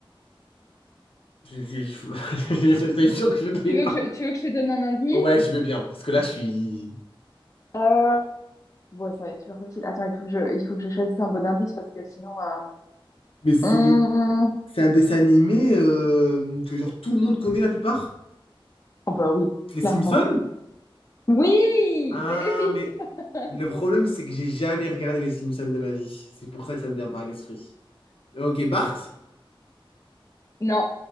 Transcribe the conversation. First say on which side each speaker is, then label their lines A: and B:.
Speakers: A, on the left; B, on the left.
A: Je- je- je- <laughs> J'étais sûr que je ne l'ai
B: Tu
A: pas.
B: veux que je, tu veux que je te donne un indice?
A: Ouais, je veux bien, parce que là, je suis...
B: Euh... Ouais, ça va être super facile. Attends, il faut que je, il faut que je choisisse un bon indice parce que sinon... euh,
A: mais c'est
B: hum,
A: c'est un dessin animé euh, que genre tout le monde connaît la plupart.
B: Oh bah oui,
A: Les
B: clairement.
A: Simpsons?
B: Oui,
A: Ah,
B: c'est les
A: mais
B: Simpsons.
A: Le problème,
B: <laughs>
A: c'est que j'ai jamais regardé les Simpsons de ma vie. C'est pour ça que ça me vient pas à l'esprit. Ok, Bart?
B: Non,